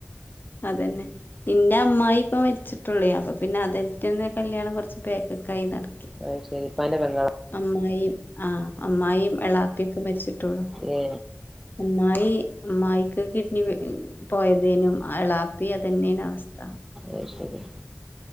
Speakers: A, on the left; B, in the centre.
A: അതെന്നെ ന്റെ അമ്മായി പ്പോ മരിച്ചിട്ടേള്ളൂ അപ്പൊ പിന്നെ അതെയ്ട്ടെന്നേ കല്യാണം കുറച്ച് ബേക്ക്കായി നട
B: അത് ശെരി പ്പാന്റെ പെങ്ങളാ
A: അമ്മായിയും ആ അമ്മായിയും എളാപ്പിയൊക്കെ മരിച്ചിട്ടുള്ളൂ.
B: ഏഹോ.
A: അമ്മായി അമ്മായിക്ക് കിഡ്നി പോ പോയതേനു അളാപ്പി അതന്നെണ് അവസ്ഥ.
B: അയ് ശരി